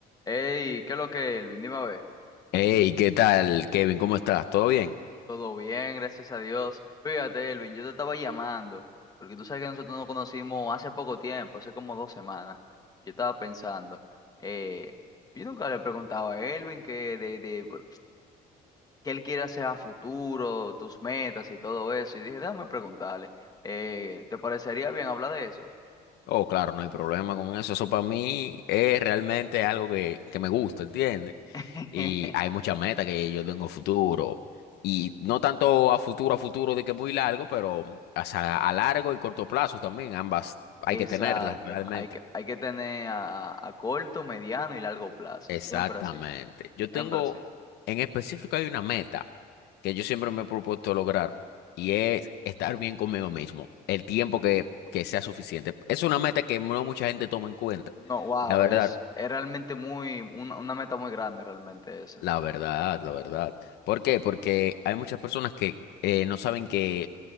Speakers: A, on the left (about 20°); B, on the left (about 80°).
A: Hey, ¿qué es lo que, Elvin? Dime a ver.
B: Hey, ¿qué tal, Kevin? ¿Cómo estás? ¿Todo bien?
A: Todo bien, gracias a Dios. Fíjate, Elvin, yo te estaba llamando, porque tú sabes que nosotros nos conocimos hace poco tiempo, hace como dos semanas. Yo estaba pensando, eh, yo nunca le preguntaba a Elvin que de, de por- qué él quiere hacer a futuro, tus metas y todo eso. Y dije, déjame preguntarle, eh, ¿te parecería bien hablar de eso?
B: Oh, claro, no hay problema con eso. Eso para mí es realmente algo que, que me gusta, ¿entiendes?
A: <laughs>
B: Y hay muchas metas que yo tengo futuro. Y no tanto a futuro, a futuro de que muy largo, pero o sea, a largo y corto plazo también. Ambas hay
A: Exacto,
B: que tenerlas realmente.
A: hay que, hay que tener a, a corto, mediano y largo plazo,
B: Exactamente.
A: siempre así,
B: Yo tengo,
A: siempre así.
B: en específico hay una meta que yo siempre me he propuesto lograr y es estar bien conmigo mismo, el tiempo que, que sea suficiente. Es una meta que no mucha gente toma en cuenta,
A: No, wow,
B: la verdad.
A: es, es realmente muy, una, una meta muy grande realmente esa.
B: La verdad, la verdad. ¿Por qué? Porque hay muchas personas que eh, no saben que